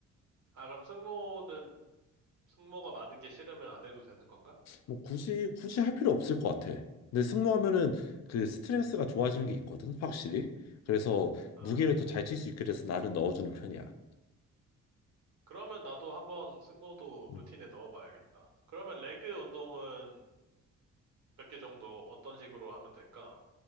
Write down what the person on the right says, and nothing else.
아 그럼 승모는 승모가 많은 게 싫으면 안 해도 되는 건가?
아,
그러면 나도 한번 승모도
루틴에 넣어봐야겠다. 그러면 레그 운동은 몇 개 정도 어떤 식으로 하면 될까?